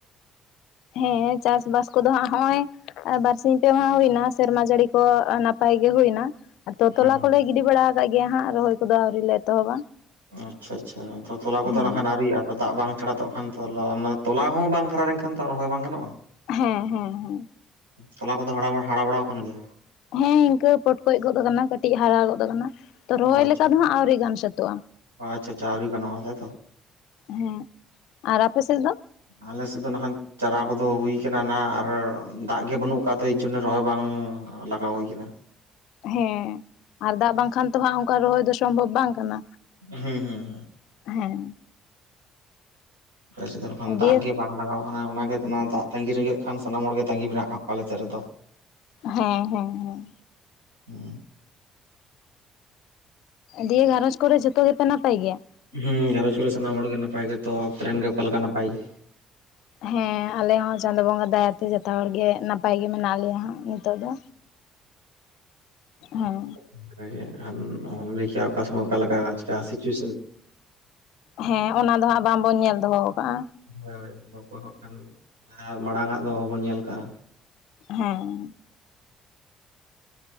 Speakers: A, on the left; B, on the right.
A: ᱦᱮᱸ ᱪᱟᱥᱵᱟᱥ ᱠᱚᱫᱚ ᱦᱟᱸᱜ ᱦᱚᱸᱜᱼᱚᱭᱼᱼ ᱟᱨ ᱵᱟᱨᱥᱤᱧ ᱯᱮ ᱢᱟ ᱦᱩᱭᱱᱟ ᱥᱮᱨᱢᱟ ᱡᱟᱲᱤ ᱠᱚ ᱱᱟᱯᱟᱭ ᱜᱮ ᱦᱩᱭᱱᱟ᱾ ᱟᱫᱚ
B: ᱦᱮᱸ
A: ᱛᱚᱞᱟ
B: ᱦᱮᱸ
A: ᱠᱚᱞᱮ ᱜᱤᱰᱤ ᱵᱟᱲᱟ ᱟᱠᱟᱫ ᱜᱮᱭᱟ ᱦᱟᱸᱜ ᱨᱚᱦᱚᱭ ᱠᱚᱫᱚ ᱟᱣᱨᱤ ᱞᱮ ᱮᱛᱚᱦᱚᱵᱟ᱾
B: ᱟᱪᱪᱷᱟ ᱟᱪᱪᱷᱟ ᱛᱚ ᱛᱚᱞᱟ ᱠᱚᱫᱚ
A: ᱦᱮᱸ
B: ᱱᱟᱦᱟᱜ ᱱᱟᱹᱣᱤᱨᱤᱭᱟᱜᱼᱟ? ᱫᱟᱜ ᱵᱟᱝ ᱪᱷᱟᱲᱟ ᱛᱚ ᱦᱟᱜᱠᱷᱟᱱ ᱛᱚᱞᱟ, ᱚᱱᱟ ᱛᱚᱞᱟ ᱦᱚᱸ ᱵᱟᱝ ᱦᱟᱨᱟ ᱞᱮᱱᱠᱷᱟᱱ ᱛᱚ ᱨᱚᱦᱚᱭ ᱵᱟᱝ ᱜᱟᱱᱚᱜᱼᱟ᱾
A: ᱦᱮᱸ ᱦᱮᱸ ᱦᱮᱸ᱾
B: ᱛᱚᱞᱟ ᱠᱚᱫᱚ ᱦᱟᱲᱟᱣ ᱦᱟᱲᱟ ᱵᱟᱲᱟ ᱠᱟᱱ ᱜᱮᱭᱟ?
A: ᱦᱮᱸ ᱤᱱᱠᱟᱹ ᱯᱚᱴᱠᱚᱡ ᱜᱚᱫ ᱠᱟᱱᱟ ᱠᱟᱹᱴᱤᱡ ᱦᱟᱨᱟ ᱜᱚᱫ ᱠᱟᱱᱟ᱾ ᱛᱚ ᱨᱚᱦᱚᱭ
B: ᱚ ᱟᱪᱪᱷᱟ
A: ᱞᱮᱠᱟ ᱫᱚ ᱦᱟᱜ ᱟᱹᱣᱨᱤ ᱜᱟᱱ ᱥᱟᱹᱛᱟᱹᱜᱼᱟ᱾
B: ᱟᱪᱪᱷᱟ ᱟᱪᱪᱷᱟ ᱟᱹᱣᱨᱤ ᱜᱟᱱᱚᱜᱼᱟ ᱛᱟᱭᱛᱚ
A: ᱦᱮᱸ ᱟᱨ ᱟᱯᱮ ᱥᱮᱫ? ᱫᱚ
B: ᱟᱞᱮ ᱥᱮᱫ ᱫᱚ ᱱᱟᱦᱟᱱ ᱪᱟᱨᱟ ᱠᱚᱫᱚ ᱦᱩᱭ ᱠᱟᱱᱟ ᱱᱟᱦᱟᱜ ᱟᱨ ᱫᱟᱜ ᱜᱮ ᱵᱟᱹᱱᱩᱜ ᱠᱟᱫ ᱛᱮ ᱮᱭ ᱡᱚᱱᱱᱚ ᱨᱚᱦᱚᱭ ᱵᱟᱝᱼᱼ ᱞᱟᱜᱟᱣ ᱦᱩᱭ ᱠᱟᱱᱟ᱾
A: ᱦᱮᱸ ᱟᱨ ᱫᱟᱜ ᱵᱟᱝᱠᱷᱟᱱ ᱛᱚ ᱦᱟᱸᱜ ᱚᱱᱠᱟ ᱨᱚᱦᱚᱭ ᱫᱚᱼᱼ ᱥᱚᱢᱵᱷᱚᱵᱽ ᱵᱟᱝ ᱠᱟᱱᱟ
B: ᱦᱩᱸ ᱦᱩᱸ ᱦᱩᱸ
A: ᱦᱮᱸ᱾
B: ᱟᱞᱮ ᱥᱮᱫ ᱫᱚ ᱱᱟᱠᱷᱟᱱ ᱫᱟᱜ
A: ᱫᱤᱭᱮ
B: ᱜᱮᱼᱼ ᱵᱟᱝ ᱞᱟᱜᱟᱣ ᱠᱟᱱᱟ ᱚᱱᱟᱜᱮ ᱛᱚᱱᱟ ᱫᱟᱜ ᱛᱟᱹᱜᱤ ᱨᱮᱜᱮ ᱠᱷᱟᱱ ᱥᱟᱱᱟᱢ ᱦᱚᱲ ᱜᱮ ᱛᱟᱹᱜᱤ ᱢᱮᱱᱟᱜ ᱠᱟᱫ ᱠᱚᱣᱟ ᱟᱞᱮ ᱥᱮᱫ ᱨᱮᱫᱚ᱾
A: ᱦᱮᱸ ᱦᱮᱸ ᱦᱮᱸ᱾
B: ᱦᱩᱸ
A: ᱫᱤᱭᱟ ᱜᱷᱟᱨᱚᱸᱡᱽ ᱠᱚᱨᱮ ᱡᱚᱛᱚ ᱜᱮᱯᱮ ᱱᱟᱯᱟᱭ ᱜᱮᱭᱟ?
B: ᱦᱩᱸ ᱜᱷᱟᱸᱨᱚᱡᱽ ᱠᱚᱨᱮ ᱥᱟᱱᱟᱢ ᱦᱚᱲ ᱜᱮ ᱱᱟᱯᱟᱭ ᱜᱮ, ᱛᱚ ᱟᱯᱮ ᱨᱮᱱ ᱜᱮ ᱚᱠᱟ ᱞᱮᱠᱟ ᱱᱟᱯᱟᱭ ᱜᱮ?
A: ᱦᱮᱸ ᱟᱞᱮ ᱦᱚᱸ ᱪᱟᱸᱫᱚ ᱵᱚᱸᱜᱟ ᱫᱟᱭᱟ ᱛᱮ ᱡᱚᱛᱚ ᱦᱚᱲ ᱜᱮ ᱱᱟᱯᱟᱭ ᱜᱮ ᱢᱮᱱᱟᱜ ᱞᱮᱭᱟ ᱦᱟᱜ᱾ ᱛᱚ ᱫᱚ ᱦᱮᱸᱼᱼ
B: <unintelligible> ᱚᱦᱚᱢ ᱞᱟᱹᱭ ᱠᱮᱭᱟ ᱚᱠᱟ ᱥᱳᱢᱳᱭ ᱚᱠᱟ ᱞᱮᱠᱟ ᱥᱤᱪᱩᱭᱮᱥᱮᱱ᱾
A: ᱦᱮᱸ ᱚᱱᱟ ᱫᱚ ᱦᱟᱸᱜ ᱵᱟᱝᱵᱚᱱ ᱧᱮᱞ ᱫᱚᱦᱚ ᱠᱟᱜ-ᱟ᱾
B: ᱦᱳᱭ ᱦᱳᱭ <unintelligible> ᱟᱨ ᱢᱟᱲᱟᱝ ᱟᱜ ᱫᱚ ᱵᱟᱵᱚᱱ ᱧᱮᱞ ᱠᱟᱜᱼᱟ᱾
A: ᱦᱮᱸ᱾